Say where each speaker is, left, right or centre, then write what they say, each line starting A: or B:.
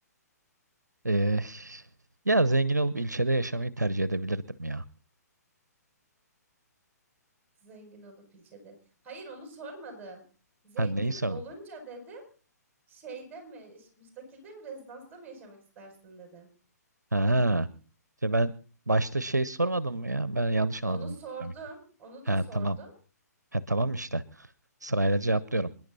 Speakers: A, on the right (about 80°); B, on the right (about 20°).
A: e, ya zengin olup ilçede yaşamayı tercih edebilirdim ya.
B: Zengin olup ilçede. Hayır onu sormadım. Zengin
A: Ha neyi sordun?
B: olunca dedim şeyde mi, müstakilde mi, rezidansta mı yaşamak istersin dedim.
A: Ha. İşte ben başta şey sormadım mı ya? Ben yanlış
B: Onu
A: anladım.
B: sordum.
A: Demek ki.
B: Onu
A: Ha
B: da sordum.
A: tamam. Ha tamam işte. Sırayla cevaplıyorum.